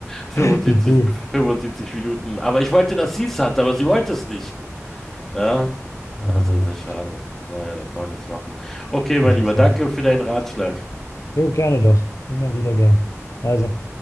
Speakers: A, in the centre; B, on the left.
A: 75,
B: <laughs> wie gut.
A: 75 Minuten. Aber ich wollte, dass sie es hat, aber sie wollte es nicht. Ja,
B: Oh
A: ah,
B: Mann,
A: sehr,
B: oh Mann.
A: sehr schade. Naja, da kann man nichts machen. Okay, mein
B: So sieht's
A: Lieber, danke
B: aus.
A: für deinen Ratschlag.
B: Jo, gerne doch. Immer wieder gern. Also.